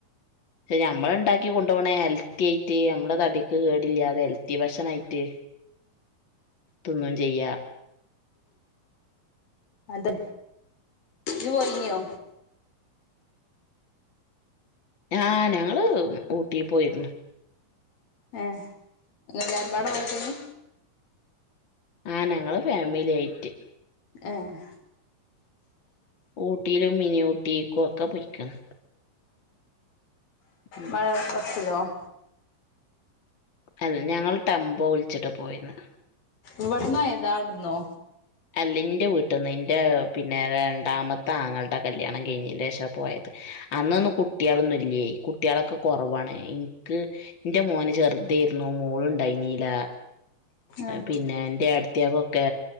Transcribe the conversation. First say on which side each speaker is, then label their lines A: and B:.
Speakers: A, on the left (about 35°); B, on the left (about 85°).
A: ശരി നമ്മള ഉണ്ടാക്കി കൊണ്ടുപോണേ ഹെൽത്തി ആയിട്ട് നമ്മളെ തടിക്ക് കേടില്ലാതെ ഹെൽത്തി ഭക്ഷണായിട്ട് തിന്നും ചെയ്യാ
B: അതെ ഇജ്ജ് പോയിനിയോ
A: ആഹ് ഞങ്ങള് ഊട്ടി പോയിരുന്നു
B: ഏഹ് ങ്ങഎല്ലരമ്പാട പോയിതേനി
A: ആഹ് ഞങ്ങള് ഫാമിലിയായിട്ട്
B: ഏഹ്
A: ഊട്ടിയിലും മിനി ഊട്ടിക്കും ഒക്കെ പോയിക്കണ് ഉം
B: മഴ <unintelligible>
A: അല്ല ഞങ്ങൾ ടെമ്പോ വിളിച്ചിട്ട് പോയിന്നെ
B: ഇവിടന്നോയതാ ഔട്ന്നോ
A: അല്ല എൻ്റെ വീട്ടിൽ നിന്ന് എൻ്റെ പിന്നെ രണ്ടാമത്തെ ആങ്ങളുടെ കല്ല്യാണം കഴഞ്ഞി ശേഷാ പോയത് അന്നൊന്നും കുട്ടികളൊന്നും ഇല്ലായി കുട്ടികളൊക്കെ കുറവാണ് ൻക്ക് എന്റെ മോന് ചെറുതായിരുന്നു മോള് ണ്ടായിരുന്നില്ല
B: ആഹ്
A: പിന്നെ എന്റെ ഏട്ടത്തിയെക്ക് ഒക്കെ